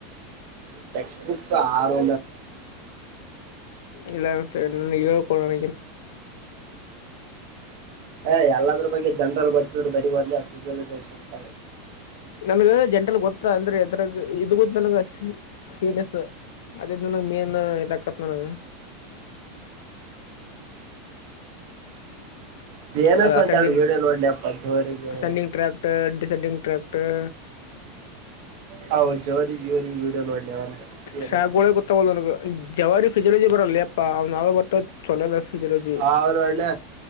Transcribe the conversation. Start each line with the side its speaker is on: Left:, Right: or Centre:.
Right: ಟೆಕ್ಸ್ಟ್ ಬುಕ್ ತ ಆರು
Left: ಇಲ್ಲ ಇವ ಕೊಡಾಣ
Right: ಹ ಎಲ್ಲದ್ರ ಬಗ್ಗೆ ಜನರಲ್ ಗೊತ್ತಿದ್ರು ಬರಿ ಬದಲ ಫಿಯಲಜ ಅಂತ
Left: ನಮಗ ಜಂಟಲ್ ಗೊತ್ತ ಅಂದ್ರೆ ಎದರ ಇದದು ಗೊತ್ತಲ್ ಹ ಸ್ ಅದೇ ನನ ಮೇನ್ ಇಾಕತ್ ನನಗೆ
Right: ಸೇನಸ್
Left: ಅದ
Right: ಒಂದೆರಡು
Left: ಅಸೆಂಡಂಗ್
Right: ವಿಡಿಯೋ ನೋಡ್ಲಿ ಅಪ್ಪ ಜೋರಿಗೂ
Left: ಅಸೆಂಡಂಗ್ ಟ್ರ್ಯಾಕ್ಟ್ ಸೆಡಿಂಗ ಟ್ರಾಕ್ಟರ್
Right: ಹ ಜೋರಿಗೆ ಜೋ ವಿೀಡಿಯೋ ನೋಡ್ಲಿ ಒಂದು ಸನ
Left: ಟ್ರ್ಯಾಕ್ಗಳೇ
Right: ಸ
Left: ಗೊತ್ತಾವಲ್ಲ ನನಗ ಜವಾರಿ ಫಿಜಿಲೋಜಿ ಬರಲ್ಲ ಅಪ್ಪಾ ಅವ್ ನಾವು ಬರ್ಟ್ಟ ಚಲೋಲ್ಲ ಫಿಜಲಜಿ
Right: ಅವ್ರು ಒಳ್ಳೆ